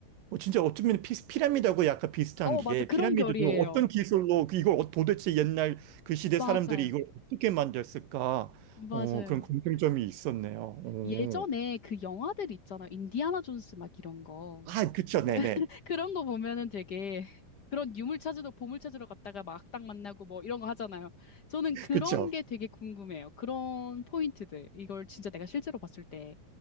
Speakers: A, on the right; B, on the left.
A: 어, 진짜 어쩌면 피, 피라미드하고 약간 비슷한
B: 어,
A: 게
B: 맞아. 그런
A: 피라미드도
B: 결이에요.
A: 어떤 기술로 그 이걸 어- 도대체 옛날 그 시대
B: 맞아요.
A: 사람들이 이걸 어떻게 만들었을까?
B: 맞아요.
A: 어, 그런 공통점이 있었네요. 오.
B: 예전에 그 영화들 있잖아요. 인디아나 존스 막 이런 거.
A: 아, 그쵸,
B: <laughs>
A: 네네.
B: 그런 거 보면은 되게 그런 유물 찾으러 보물 찾으러 갔다가 막 딱 만나고 뭐 이런 거 하잖아요. 저는
A: <laughs>
B: 그런
A: 그쵸.
B: 게 되게 궁금해요. 그런 포인트들. 이걸 진짜 내가 실제로 봤을 때,